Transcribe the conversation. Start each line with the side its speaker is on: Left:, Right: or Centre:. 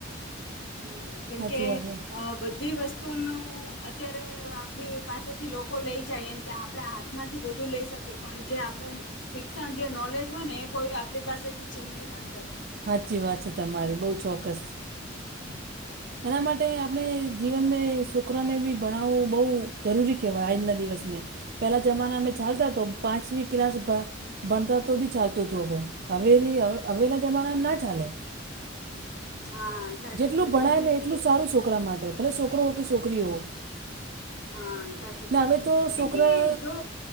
Left: હમ્મ, કેમકે
Right: સાચી વાત હે.
Left: અહ બધી વસ્તુનું અત્યારે આપડી પાસેથી લોકો લઈ જાય એમ કે આપડા હાથમાંથી બધું લઈ શકે પણ જે આપ પણ શિક્ષણ જે નોલેજ હોય ને એ કોઈ આપડી પાસેથી છીનવી ના શક
Right: હા ચી વાત છે તમારી. બહુ ચોક્કસ
Left: હમ <unintelligible>
Right: એના માટે આપણે જીવનને છોકરાને બી ભણાવવું બહુ જરૂરી કહેવાય આજના દિવસ મે. પેલા જમાના અમે ચાલતા તો પાંચવી ક્લાસ બા ભણતા તો બી ચાલતું હતું હવે હવે હવે ની જમાનામાં ના ચાલે.
Left: હા, સાચી
Right: જેટલું
Left: કીધું
Right: ભણાય
Left: અને
Right: ને એટલું
Left: ફિક્સ
Right: સારું છોકરા માટે ભલે છોકરો હો કે છોકરી હો.
Left: હા, સાચી
Right: ને
Left: કીધું
Right: હવે તો
Left: કેમકે
Right: છોકરા
Left: જો